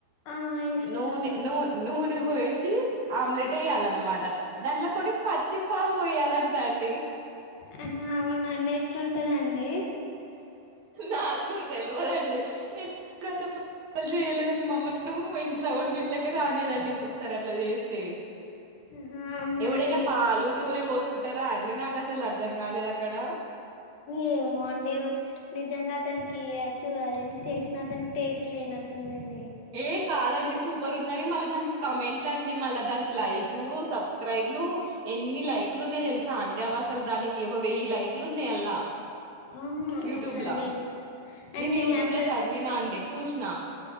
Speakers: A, on the left; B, on the right.
A: ఆ వేసుకుంటామండి
B: నూన నూ నూనె పోయ, ఆమ్లెట్ వేయ్యాలన్నమాట దాంట్లో కొన్ని పచ్చి పాలు పోయాలంటా అండి,
A: హ అవునండి ఎట్లువు ఉంటదండి
B: నాకు కూడా తెలియదండి నేను ఎప్పుడు ప్రయోగాలు చేయలేదండి మా అమ్మ కూడాఇంట్లో ఒంటింట్లోకే రానియదండి ఇంకో అట్లా చేస్తే
A: ఆహా అవునండి
B: ఎవడై పాలు నూనె సుకుంటారా అండి నాకు అసలు అర్థం కాలేదు అక్కడ
A: ఏమోండి నిజంగా అతనికి చ్చు అదేంటి చేసినాతనికి టేస్ట్ లేనట్టుందండి
B: ఏ కాదండి సూప ర్ ఉందని మళ్ళా దానికి కమెంట్లు. అండి మల్ల దానికి లైకులు సబ్స్క్రయిబ్ లు ఎన్ని లైకులు ఉన్నాయయి తెలుసా అండి అవి అసలు దానికి ఒక వెయ్యి లైకులు ఉన్నాయి అల్లా,
A: ఆహా అవునండి
B: యూట్యూబ్లా నేను
A: అంటే
B: యూట్యూబ్
A: ఇంగ అందరు
B: లో చదివిన అండి, చూసిన